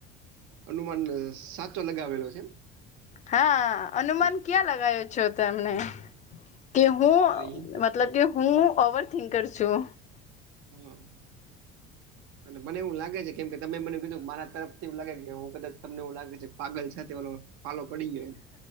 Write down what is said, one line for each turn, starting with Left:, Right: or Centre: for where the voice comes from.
Right: અનુમાન સાચો લગાવેલો છે.
Left: હા અનુમાન
Right: કે
Left: ક્યાં લગાયો છો તમને તે બહુ
Right: અને હિ-
Left: મતલબ કે હું ઓવર થિંકર છું.
Right: હમ અને મને એવું લાગે છે કેમ કે તમે મને એવું કીધું મારા તરફથી એવું લાગે કે હું કદાચ તમને એવું લાગે છે કે પાગલ સાથે ઓલો પાલો પડી ગયો એમ